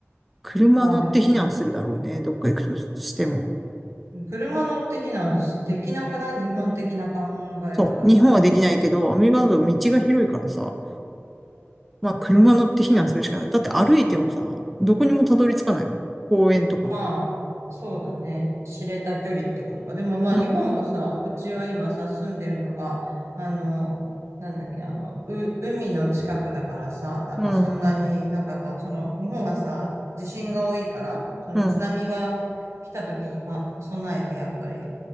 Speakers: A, in the centre; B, on the right.
A: 車乗って避難するだろうね。
B: まあでも、
A: どっか行くとしても。
B: 車乗って避難できなくない日本的な考
A: そう。
B: え方から。
A: 日本はできないけど、アメリカだと道が広いからさ、まあ車乗って避難するしかない。だって歩いてもさ、どこにもたどり着かないもん。公園とか。
B: まあ、そうだね。知れた距離ってことか。でもまあ、
A: うん、
B: 日本もさ、うちは今さ、住んでるのが、あの、なんだっけ、あの、う、海の近くだからさ、なんかそんなに、
A: うん、
B: なんかやっぱその、日本はさ、地震が多いから、その津波が来た時にか備えて、
A: うん、
B: やっぱり、